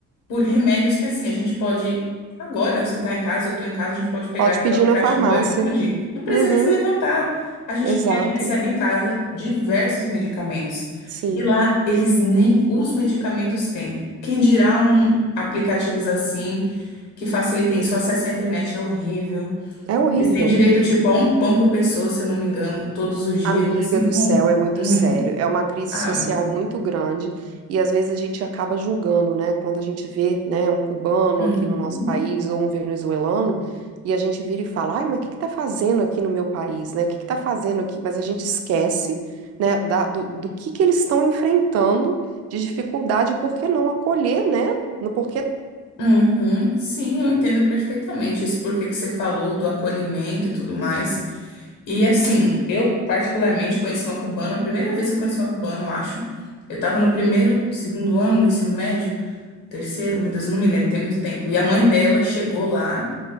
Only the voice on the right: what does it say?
Pode
pedir
na farmácia.
Uhum,
exato.
Sim.
É horrível.
Amiga
do
céu, é muito
sério. É uma crise
social muito grande e às vezes a gente acaba julgando, né? Quando a gente vê, né, um cubano
aqui no nosso país ou um venezuelano e a gente vira e fala, ai, mas o que que tá fazendo aqui no meu país, né? O que que tá fazendo aqui? Mas a gente esquece, né, da- do, do que que eles estão enfrentando de dificuldade, por que não acolher, né? No porquê.